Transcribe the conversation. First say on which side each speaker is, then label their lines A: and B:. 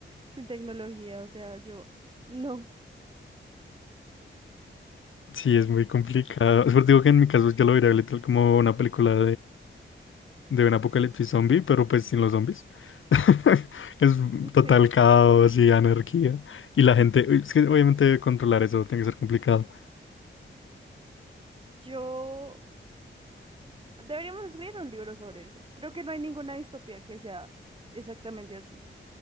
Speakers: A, on the right; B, on the left.
A: sin tecnología, o sea, yo no,
B: Sí, es muy complicado. <laughs> Es por eso digo que en mi caso yo lo vería literal como una película de un apocalipsis zombie, pero pues sin los zombies. <laughs> Es
A: sí,
B: total caos y anarquía. Y la gente, uy, es que obviamente controlar eso tiene que ser complicado.
A: yo deberíamos escribir un libro sobre eso. Creo que no hay ninguna distopía que sea exactamente así.